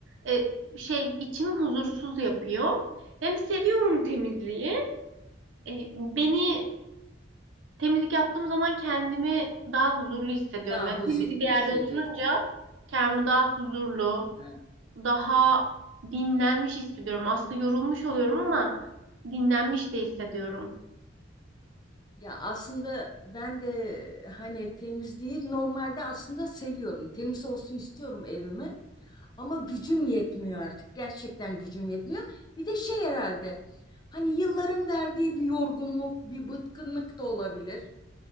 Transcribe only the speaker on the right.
e, şey içimi huzursuz yapıyor. Yani seviyorum temizliği. E, beni temizlik yaptığım zaman kendimi daha huzurlu hissediyorum.
Yani
temiz bir
yerde oturunca kendimi daha huzurlu,
daha dinlenmiş hissediyorum. Aslında yorulmuş oluyorum ama dinlenmiş de hissediyorum.